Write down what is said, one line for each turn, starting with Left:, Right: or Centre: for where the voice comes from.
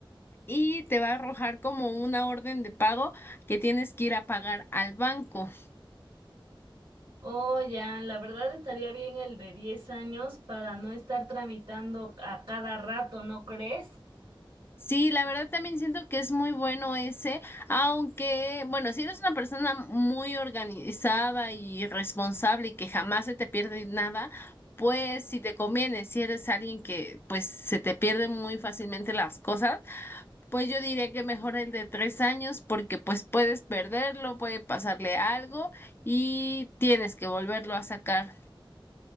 Left: y te va a arrojar como una orden de pago que tienes que ir a pagar al banco.
Right: Oh, ya, la verdad estaría bien el de 10 años para no estar tramitando a cada rato, ¿no crees?
Left: Sí, la verdad también siento que es muy bueno ese, aunque, bueno, si eres una persona muy organizada y responsable y que jamás se te pierde nada, pues si te conviene, si eres alguien que pues se te pierden muy fácilmente las cosas, pues yo diría que mejor el de tres años porque pues puedes perderlo, puede pasarle algo y tienes que volverlo a sacar.